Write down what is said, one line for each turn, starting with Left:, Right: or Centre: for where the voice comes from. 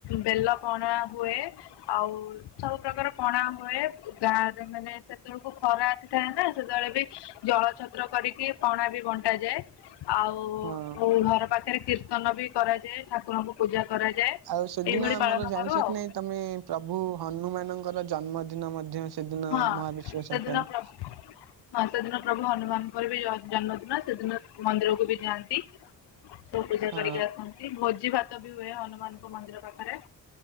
Left: ବେଲପଣା ହୁଏ, ଆଉ ସବୁ ପ୍ରକାର ପଣା ହୁଏ, ଗାଁରେ ମାନେ ସେତେବେଳକୁ ଖରା ଆସିଥାଏ ନା ସେତେବେଳେ ବି ଜଳଛତ୍ର କରିକି ପଣା ବି ବଣ୍ଟାାଯାଏ, ଆଉ
Right: ହଁ।
Left: ଘର ପା ଖରେ କୀର୍ତ୍ତନ ବି କରାଯାଏ ଠାକୁରଙ୍କୁ ପୂଜା କରାଯାଏ,
Right: ଆଉ ସେଦିନ
Left: ଏଇଭଳି
Right: ଆମର
Left: ପାଳନ
Right: ଜାଣିଛ
Left: କରୁ ଆଉ।
Right: କି ନାଇଁ ତମେ ପ୍ରଭୁ ହନୁମାନଙ୍କର ଜନ୍ମଦିନ ମଧ୍ୟ ସେଦିନ
Left: ହଁ
Right: ମହାବିଷୁବ
Left: ସେଦିନ
Right: ସଂକ୍ରାନ୍ତି।
Left: ପ୍ରଭୁ ହଁ ସେଦିନ ପ୍ରଭୁ ହନୁମାନଙ୍କର ବି ଜ-ଜନ୍ମଦିନ ସେଦିନ ମନ୍ଦିରକୁ ବି ଯାଆନ୍ତି। ସବୁ ପୂଜା
Right: ହଁ
Left: କରିକି ଆସନ୍ତି ଭୋଜିଭାତ ବି ହୁଏ ହନୁମାନଙ୍କ ମନ୍ଦିର ପାଖରେ।